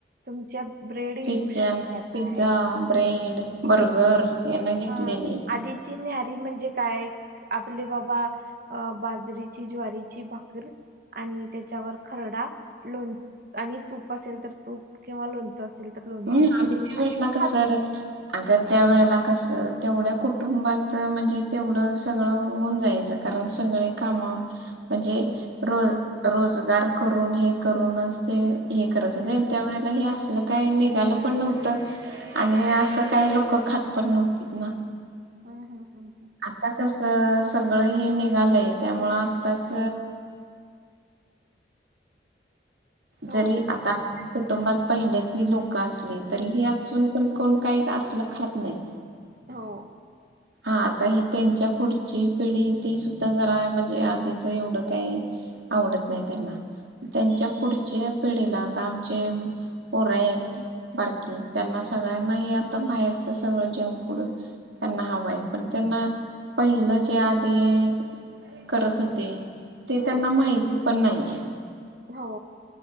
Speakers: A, on the right; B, on the right.
A: तुमच्या ब्रेड घेऊ
B: पिझ्झा
A: शकत्या
B: पिझ्झा
A: काय
B: ब्रेड बर्गर हे ना घेतलेली
A: हा आधीची न्याहारी म्हणजे काय आपले बाबा बाजरीची ज्वारीची भाकरी आणि त्याच्यावर खरडा लोणच आणि तूप असेल तर तूप किंवा लोणच असेल तर लोणचं
B: हम त्या वेळेस
A: असे
B: कसं
A: खात
B: अग त्या वेळेला कस तेवढ्या कुटुंबात म्हणजे तेवढं सगळं होऊन जायचं कारण सगळे काम म्हणजे रोज रोजगार करून हे करूनच ते हे करत होते त्यावेेळेला हे असलं काय निघ गालं पण नव्हत आणि असं काही लोक खात पण नव्हती ना
A: हम हम हम
B: आता कस तर सगळं हे निघालंय त्यामुंळ आत्ताच जरी
A: हो
B: आता कुटुंबात पहिल्यातली लोकं असली तरी हेअजून पण कोण काही असलं खात नाही
A: हो
B: हा आता हि त्यांच्या पुढची पिढी ती सुद्धा जरा म्हणजे आधीचं एवढं काही आवडत नाही त्यांना त्यांच्या पुढच्या पिढीला आता आमचे पोरं आहेत बारकी त्यांना सगळ्यांना हे आता बाहेरच सगळं जंक फूड त्यांना हव पण त्यांना पहिलं जे आधी करत होते ते
A: हम्म
B: त्यांना माहिती पण नाहीये
A: हो.